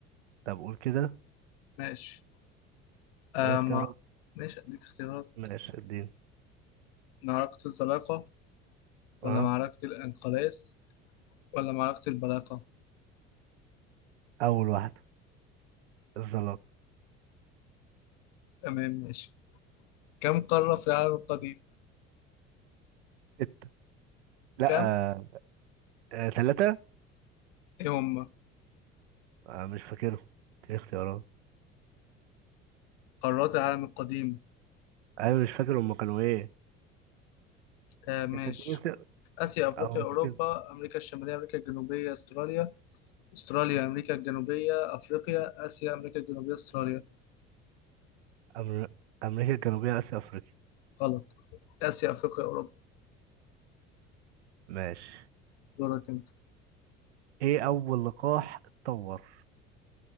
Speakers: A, on the right (about 70°); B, on the left (about 55°).
A: طب قول كده
B: ماشي آه
A: قول اختيارات
B: ما ماشي أديك اختيارات
A: ماشي الدين
B: معركة الزلاقة ولا
A: اه
B: معركة الإنقلاز ولا معركة البلاقة
A: اول واحدة الزلاق
B: تمام ماشي كم قارة في العالم القديم
A: ستة لا
B: كم
A: آه. آه. ثلاثة
B: إيه هم
A: آه. مش فاكرهم اديني اختيارات
B: قارات العالم القديم
A: انا مش فاكر هما كانوا ايه
B: آه ماشي
A: انت اديني
B: آسيا أفريقيا
A: او
B: أوروبا
A: سكيب
B: أمريكا الشمالية أمريكا الجنوبية أستراليا أستراليا أمريكا الجنوبية أفريقيا آسيا أمريكا الجنوبية أستراليا
A: أمر... امريكا الجنوبية اسيا افريقيا
B: غلط آسيا أفريقيا أوروبا
A: ماشي
B: دورك أنت
A: ايه اول لقاح اتطور